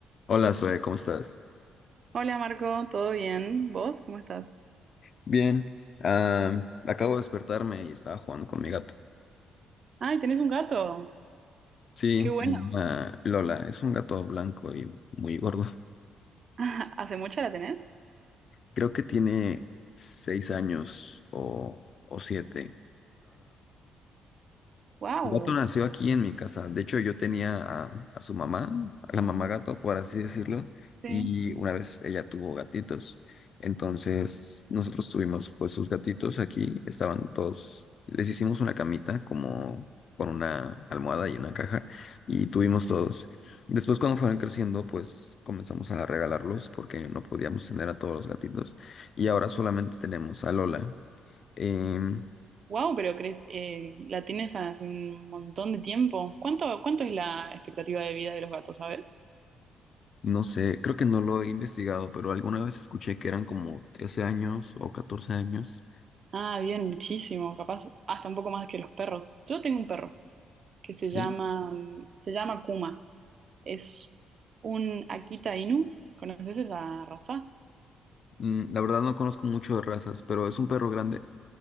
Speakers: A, on the left (about 50°); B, on the right (about 50°).
A: Hola, Zoe, ¿cómo estás?
B: Hola Marco, ¿todo bien? ¿Vos? ¿Cómo estás?
A: Bien, am, acabo de despertarme y estaba jugando con mi gato.
B: Ay, tenés un gato.
A: Sí,
B: Qué bueno.
A: se llama Lola, es un gato blanco y muy gordo.
B: <laughs> ¿Hace mucho la tenés?
A: Creo que tiene seis años o, o siete.
B: Wow.
A: Mi gato nació aquí en mi casa. De hecho, yo tenía a, a su mamá, a la mamá gato, por así decirlo,
B: Sí.
A: y una vez ella tuvo gatitos. Entonces, nosotros tuvimos pues sus gatitos aquí, estaban todos, les hicimos una camita como con una almohada y una caja, y tuvimos todos. Después, cuando fueron creciendo, pues comenzamos a regalarlos porque no podíamos tener a todos los gatitos, y ahora solamente tenemos a Lola. Em,
B: Wow, pero crees, eh, la tienes hace un montón de tiempo. ¿Cuánto, cuánto es la expectativa de vida de los gatos, sabes?
A: No sé, creo que no lo he investigado, pero alguna vez escuché que eran como 13 años o catorce años.
B: Ah, bien, muchísimo, capaz hasta un poco más que los perros. Yo tengo un perro que se
A: Sí.
B: llama, se llama Kuma. Es un Akita Inu. ¿Conoces esa raza?
A: Mm, la verdad no conozco mucho de razas, pero es un perro grande.